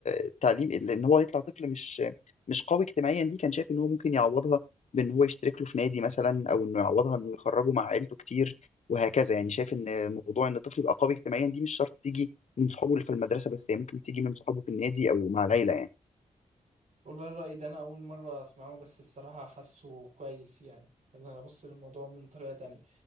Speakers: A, on the left; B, on the right.
A: التعليم ال- ان هو يطلع طفل مش مش قوي اجتماعيا دي كان شايف ان هو ممكن يعوضها بان هو يشترك له في نادي مثلا او انه يعوضها انه يخرجه مع عيلته كتير وهكذا يعني شايف ان موضوع ان الطفل يبقى قوي اجتماعيا دي مش شرط تيجي من صحابه اللي في المدرسة بس هي ممكن تيجي من صحابه في النادي او مع العيلة يعني
B: والله الرأي ده أنا أول مرة أسمعه بس الصراحة حاسه كويس يعني خلينا أنا أبص للموضوع من طريقة تانية